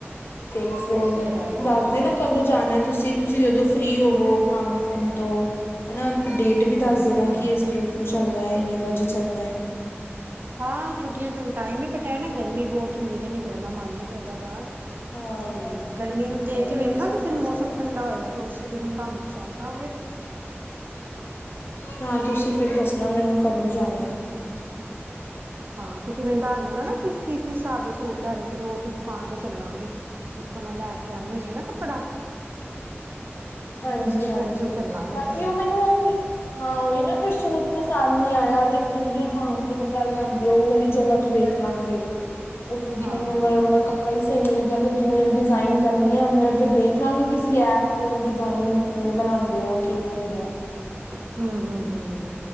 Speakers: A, on the left; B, on the right.
A: ਤੇ ਫੇਰ
B: ਉਹ ਤੇ ਹੈ ਏ
A: ਦੱਸ ਦੇਣਾ। ਕਦੋਂ ਜਾਣਾ ਐ ਤੁਸੀਂ- ਤੁਸੀਂ ਜਦੋਂ ਫ੍ਰਰੀ ਹੋਵੋ ਕੰਮ- ਕੁਮ ਤੋ? ਹਨਾ ਡੇਟ ਵੀ
B: ਹਾਂਜੀ
A: ਦੱਸ ਦੇਣਾ
B: ਹਾਂਜੀ
A: ਕਿ ਇਸ ਡੇਟ ਨੂੰ ਚੱਲਣਾ ਐ ਇੰਨੇ ਵਜੇ ਚੱਲਣਾ ਐ।
B: <inaudible> ਹਾਂ ਛੁੱਟੀਆਂ ਚ ਹੁਣ ਟਾਈਮ ਨੀ ਪਰ ਤਾਇ ਨੀ ਗਰਮੀ ਬਹੁਤ ਹੁੰਦੀ ਤੇ ਨਿਕਲਣ ਦਾ ਮਨ ਨਈ ਕਰਦਾ ਬਾਹਰ।
A: ਹਾਂ
B: ਤੇ ਗਰਮੀ ਨੂੰ ਦੇਖ
A: ਗਰਮੀ
B: ਕੇ ਵੇਖਾਂ
A: ਤੇ ਸਭ
B: ਕਿਸੇ
A: ਪਾਸੇ
B: ਨੂੰ ਮੌਸਮ
A: ਆ।
B: ਠੰਡਾ ਹੋਏਗਾ ਤੇ ਉਸ ਦਿਨ ਹੀ ਭਾਵੇਂ ਚੱਲ ਪਾਗੇ।
A: ਤਾਂ ਤੁਸੀਂ ਫਿਰ ਦੱਸਣਾ ਮੈਨੂੰ ਕਦੋਂ ਜਾਣਾ ਐ।
B: ਹਾਂ ਤੁਸੀਂ ਮੈਨੂੰ ਦੱਸ ਦਿੰਦਾ ਨਾ ਕਿਸ- ਕਿਸ ਹਿਸਾਬ ਦੇ ਸੂਟ ਲੈਣੇ। ਫੇਰ ਉਹੀ ਦੁਕਾਨ ਤੇ ਚੱਲਾਂਗੇ ਜਿੱਥੋਂ ਮੈਂ ਲੈ ਕੇ ਆਂਨੀ ਹੁੰਦੀ ਹ ਨਾ ਕੱਪੜਾ।
A: ਹਾਂਜੀ ਹਾਂਜੀ
B: ਉੱਥੋਂ ਹੀ ਚੱਲਾਂਗੇ
A: ਬਾਕੀ
B: ਫਿਰ
A: ਉਹ ਮੈਨੂੰ ਫੇਰ ਹਾਂ ਉਹੀ ਨਾ ਫਿਰ ਸੂਟ ਪਸੰਦ ਨਈ ਆਇਆ ਤੇ ਫਿਰ ਤੁਸੀਂ ਜੋ ਥਾਨ ਤੋਂ ਕੱਪੜਾ ਲਿਆਦੇ, ਉਹ ਵਾਲੀ ਜਗ੍ਹਾ ਤੋਂ ਵੇਖ ਲਾਂਗੇ, ਉੱਥੋਂ ਦੀ
B: ਹਾਂ
A: ਮੈਨੂੰ
B: ਹਾਂ
A: ਅਗਰ ਮਤਲਬ ਕੱਪੜਾ ਈ ਸਹੀ ਮਿਲ ਗਿਆ ਤੇ ਜਿਵੇਂ ਡਿਜ਼ਾਇਨ ਕਰਨੀ ਆ, ਮੈਂ ਫਿਰ ਦੇਖ ਲਾਂਗੀ ਕਿਸੇ ਐਪ ਤੋਂ ਡਿਜ਼ਾਇਨ ਕਿਵੇਂ ਬਣਾਂਦੇ ਆ ਕਿਵੇਂ ਹੁੰਦਾ ਐਂ।
B: ਹਮ, ਹਮ, ਹ,